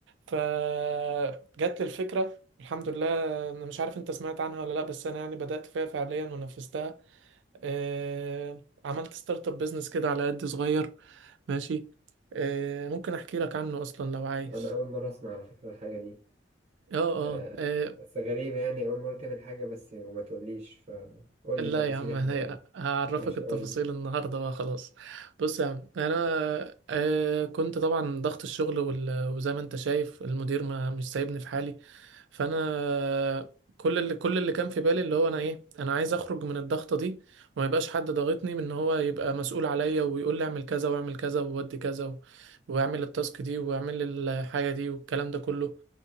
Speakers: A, on the right; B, on the right.
A: فجت لي الفكرة الحمد لله انا مش عارف انت سمعت عنها ولا لا بس انا يعني بدأت فيها فعليا ونفذتها آه، عملت ستارت اب بيزنس كده على قد صغير ماشي آه، ممكن احكي لك عنه اصلا لو عايز
B: انا اول مره اسمع على فكره الحاجه دي
A: اه اه
B: آه،
A: آه،
B: بس غريبه يعني اول مره تعمل حاجه بس وما تقوليش فقول
A: لا
B: لي تفاصيلها
A: يا عم انا
B: معاك
A: هعرفك
B: ماشي
A: التفاصيل
B: قول لي
A: النهارده بقى خلاص بص يا عم انا آه، كنت طبعا ضغط الشغل وال- وزي ما انت شايف المدير ما مش سايبني في حالي فانا آه، كل اللي كل اللي كان في بالي اللي هو انا ايه انا عايز اخرج من الضغطه دي وما يبقاش حد ضاغطني من ان هو يبقى مسؤول عليا ويقول لي اعمل كذا واعمل كذا وودي كذا و- واعمل التاسك دي واعمل الحاجه دي والكلام ده كله